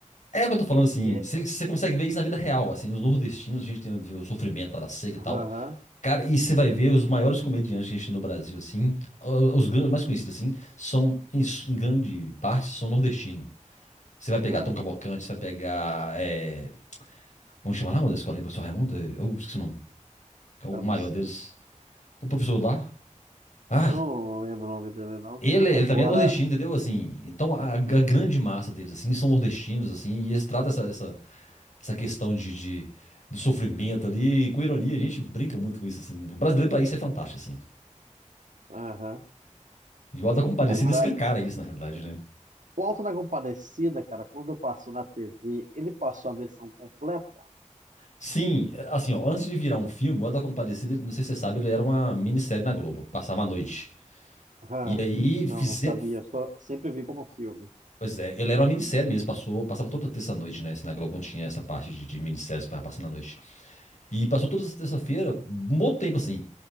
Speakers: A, on the left (about 70°); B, on the right (about 80°).
A: É o que eu tô falando assim,
B: É,
A: você consegue ver isso na vida real, assim, os nordestinos, a gente tem o sofrimento lá da seca e
B: aham.
A: tal. Cara, e você vai ver os maiores comediantes que a gente tem no Brasil, assim, o- os gran- mais conhecidos, assim, são, em, su- em grande parte, são nordestinos. Você vai pegar
B: Aham,
A: Tom Cavalcante, você vai pegar, é, como chama lá, meu Deus, escolinha, professor Raimundo? Eu esqueci o nome, que é o
B: eu
A: maior
B: não sei.
A: deles. O professor lá, ah,
B: Eu não lembro o nome dele, não.
A: ele,
B: Agora,
A: ele também é nordestino, entendeu? Assim, então a, a grande massa deles, assim, são nordestinos, assim, e eles tratam essa, essa essa questão de, de- do sofrimento ali. E, Com ironia, a gente brinca muito com isso, assim. O brasileiro, pra isso, é fantástico, assim.
B: aham.
A: E o Auto da Compadecida
B: Agora,
A: escancara isso, na realidade, né?
B: o Alto da Compadecida, cara, quando passou na TV, ele passou a versão completa?
A: Sim, é, assim, ó, antes de virar um filme, o Auto da Compadecida, não sei se você sabe, ele era uma minissérie na Globo, passava a noite.
B: Aham.
A: E aí,
B: Não,
A: fizer...
B: não sabia. Só sempre vi como filme.
A: Pois é, ele era uma minissérie mesmo, passou, passava toda terça-noite, né? Se na Globo não tinha essa parte de, de minisséries pra passar na noite. E passou todas as terça-feira, um bom tempo, assim.